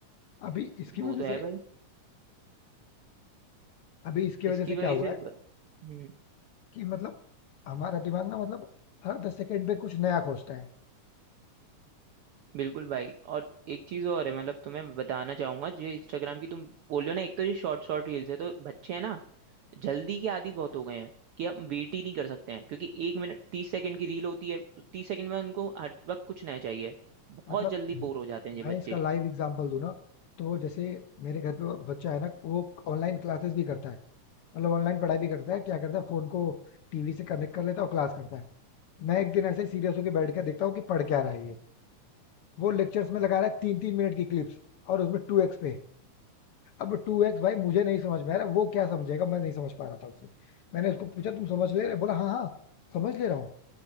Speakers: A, on the left (about 75°); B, on the right (about 85°).
A: अभी इसकी
B: वो
A: वजह
B: तो है
A: से
B: भाई
A: अभी इसकी
B: इसकी
A: वजह से क्या
B: वजह
A: हुआ
B: से
A: है
B: ब- हम्म
A: कि मतलब हमारा दिमाग ना मतलब हर दस सेकंड पे कुछ नया खोजता है
B: बिल्कुल भाई और एक चीज और है मतलब तुम्हें बताना चाहूंगा जो इंस्टाग्राम की तुम बोल रहे हो ना एक तो ये शॉर्ट शॉर्ट रील्स है तो बच्चे हैं ना जल्दी के आदी बहुत हो गए हैं कि हम वेट ही नहीं कर सकते हैं क्योंकि एक मिनट तीस सेकंड की रील होती है तीस सेकंड में उनको हर वक्त कुछ नया चाहिए बहुत
A: मतलब
B: जल्दी
A: म-
B: बोर हो जाते हैं ये
A: मैं
B: बच्चे
A: इसका लाइव एग्जांपल दूं ना तो जैसे मेरे घर पे वो बच्चा है ना वो ऑनलाइन क्लासेस भी करता है मतलब ऑनलाइन पढ़ाई भी करता है क्या करता है फोन को टीवी से कनेक्ट कर लेता है और क्लास करता है मैं एक दिन ऐसे सीरियस होकर बैठ के देखता हूँ कि पढ़ क्या रहा है ये वो लेक्चर्स में लगा रहा है तीन तीन मिनट की क्लिप्स और उसमें टू एक्स पे अब टू एक्स भाई मुझे नहीं समझ में आ रहा वो क्या समझेगा मैं नहीं समझ पा रहा था उससे मैंने उसको पूछा तू समझ ले रहा है?" बोला हाँ हाँ समझ ले रहा हूँ